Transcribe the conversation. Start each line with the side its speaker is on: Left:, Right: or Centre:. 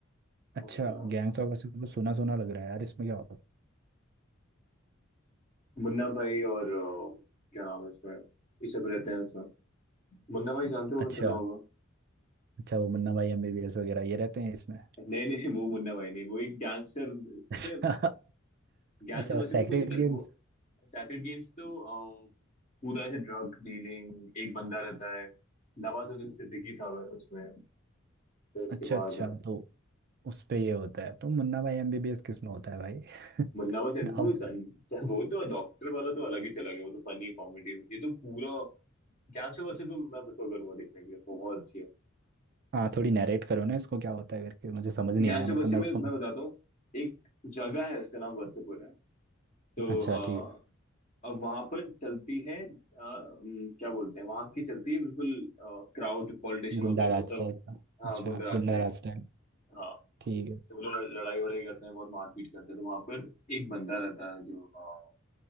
Right: अच्छा
Left: और जो
Right: गैंग्स ऑफ वासेपुर सुना सुना लग रहा है यार इसमें क्या होता
Left: मुन्ना भाई और अ, क्या नाम है उसमें ये सब रहते हैं उसमें मुन्ना भाई जानते होगे
Right: अच्छा
Left: सुना होगा
Right: अच्छा वो मुन्ना भाई एमबीबीएस वगैरह ये रहते हैं इसमें <laughs>
Left: नहीं नहीं वो मुन्ना भाई नहीं वो एक गैंगस्टर
Right: अच्छा
Left: इसमें गैंगस्टर
Right: अच्छा
Left: वर्सेस
Right: सेक्रेट
Left: में कुछ नहीं बस
Right: गेम्स
Left: वो सैक्रेड गेम्स तो अ, पूरा ऐसे ड्रग डीलिंग एक बंदा रहता है नवाजुद्दीन सिद्दीकी था वह उसमें फिर उसके
Right: अच्छा
Left: बाद
Right: अच्छा तो उस पे ये होता है तो मुन्ना भाई एमबीबीएस किस में होता है भाई <laughs>
Left: मुन्ना बचन
Right: नाम
Left: वो
Right: से-
Left: सन- स- वो तो डॉक्टर वाला तो अलग ही चला गया वो तो फनी कॉमेडी ये तो पूरा गैंगस्टर बसे पे मैं प्रेफर करूंगा देखने के लिए बहुत अच्छी है
Right: हाँ थोड़ी नरेट करो ना इसको क्या होता है करके मुझे समझ नहीं
Left: गैंगस्टर
Right: आया मतलब
Left: बसे
Right: मैं
Left: में
Right: उसको
Left: मैं बताता हूँ एक जगह है उसका नाम वसेपुर है तो
Right: अच्छा
Left: अ,
Right: ठीक
Left: अब वहां पर चलती है अ, उम, क्या बोलते हैं वहां की चलती है बिल्कुल क्राउड पॉलिटिशियन
Right: है गुंडा
Left: होते हैं
Right: राज
Left: वो सब
Right: टाइप <laughs> का
Left: हाँ
Right: अच्छा
Left: गुंडराज
Right: गुंडा
Left: टाइप
Right: राज टाइप
Left: हाँ
Right: ठीक
Left: तो वो लोग लड़- लड़ाई वड़ाई करते हैं बहुत मारपीट करते हैं तो वहां पर एक बंदा रहता है जो अ,